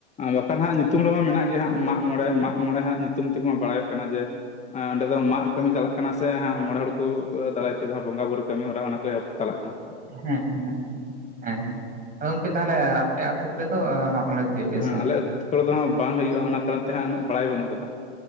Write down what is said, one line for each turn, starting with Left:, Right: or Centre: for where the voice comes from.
Left: ᱵᱟᱠᱷᱟᱱ ᱦᱟᱸᱜ ᱧᱩᱛᱩᱢ ᱨᱮᱢᱟ ᱢᱮᱱᱟᱜ ᱜᱮᱭᱟ ᱦᱟᱸᱜ ᱢᱟᱜ ᱢᱚᱬᱮ ᱢᱟᱜ ᱢᱚᱬᱮ ᱦᱟᱸᱟᱜ ᱧᱩᱛᱩᱢ ᱛᱮᱜᱮᱢᱟ ᱵᱟᱲᱟᱭᱚᱜ ᱠᱟᱱᱟ ᱡᱮ ᱚᱸᱰᱮ ᱫᱚ ᱢᱟᱜ ᱠᱟᱹᱢᱤ ᱪᱟᱞᱟᱜ ᱠᱟᱱᱟ ᱥᱮ ᱦᱟᱸᱜ ᱢᱚᱬᱮ ᱦᱚᱲ ᱠᱚ ᱫᱟᱨᱟᱭ ᱛᱮ ᱡᱟᱦᱟᱸ ᱵᱚᱸᱜᱟ ᱵᱩᱨᱩᱳ ᱠᱟᱹᱢᱤ ᱦᱚᱨᱟ ᱚᱱᱟ ᱠᱚ ᱮᱯ ᱪᱟᱞᱟᱜ ᱠᱟᱱᱟ
Right: ᱦᱮᱸ ᱦᱮᱸ ᱦᱮᱸ ᱦᱮᱸ ᱟ ᱜᱚᱢᱠᱮ ᱛᱟᱦᱚᱞᱮ ᱟᱯᱮ ᱟᱛ ᱠᱚᱨᱮ ᱫᱚ ᱢᱟᱜ ᱢᱚᱬᱮ ᱫᱚ ᱦᱩᱭᱩᱜ ᱜᱮᱭᱟ
Left: ᱦᱮᱸ
Right: ᱥᱮ ᱵᱟᱝ
Left: ᱟᱞᱮ ᱟᱹᱛᱩ ᱠᱚᱨᱮ ᱫᱚ ᱦᱟᱜ ᱵᱟᱝ ᱦᱩᱭᱩᱜᱼᱟ ᱚᱱᱟ ᱠᱟᱨᱚᱱ ᱛᱮ ᱦᱟᱸᱜ ᱩᱱᱟᱹᱜ ᱵᱟᱲᱟᱭ ᱵᱟᱹᱱᱩᱜ ᱠᱟᱫᱟ